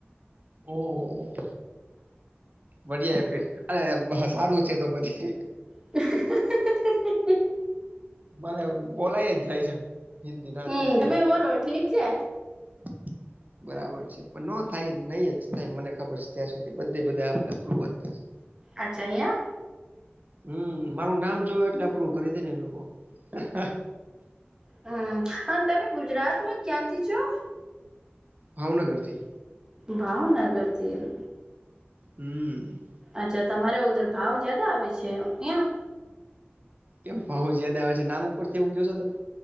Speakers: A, on the right; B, on the right.
A: ઓ, ઓ. બડિયા એ ફીર અરે, સારું છે તો પછી.
B: <inaudible>
A: મને બોલાય જ જાય છે, હિન્દી ના
B: હમ
A: છૂટકી
B: તમે
A: કંઈ ક
B: બોલો
A: <unintelligible>
B: ઠીક છે
A: બરાબર છે, પણ ન થાય, નહી જ થાય, મને ખબર છે ત્યાં સુધી બધે બધા આપણા ધૂવ જ થશે.
B: અચ્છા, અહીંયા.
A: હમ, મારું નામ જોવું એટલે અપરુ કરી દેને એ લોકો, હ હ હ.
B: હમ, અને તમે ગુજરાતમાં ક્યાંથી છો?
A: ભાવનગરથી.
B: ભાવનગરથી એમ.
A: હમ.
B: અચ્છા તમારે ઉધર ભાવ જ્યાદા આવે છે, અહીં.
A: કેમ, ભાવ જાદા આવે છે નામ ઉપરથી એવું કે શો તમે?